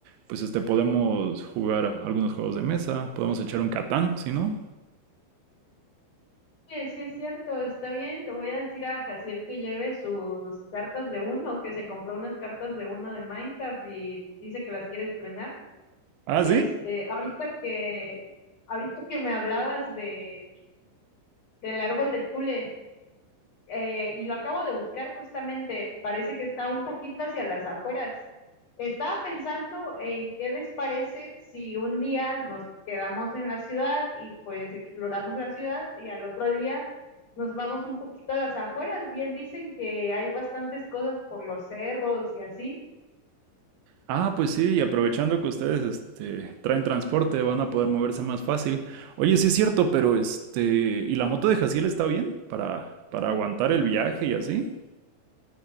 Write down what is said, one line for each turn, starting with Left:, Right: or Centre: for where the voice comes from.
Right: pues este podemos jugar algunos juegos de mesa, podemos echar un Catán, si no.
Left: Oye, sí es cierto, está bien. Le voy a decir a Jaciel que lleve sus cartas de uno, que se compró unas cartas de uno de Minecraft y dice que las quiere estrenar.
Right: Ah,
Left: Este,
Right: sí.
Left: ahorita que, ahorita que me hablabas de, del árbol de Tule. eh, y lo acabo de buscar justamente, parece que está un poquito hacia las afueras. Estaba pensando en qué les parece si un día nos quedamos en la ciudad y pues exploramos la ciudad y al otro día nos vamos un poquito a las afueras. Bien dicen que hay bastantes cosas por los cerros y así.
Right: Ah, pues sí, y aprovechando que ustedes este, traen transporte, van a poder moverse más fácil. Oye, sí es cierto, pero este, ¿y la moto de Jaciel está bien para, para aguantar el viaje y así?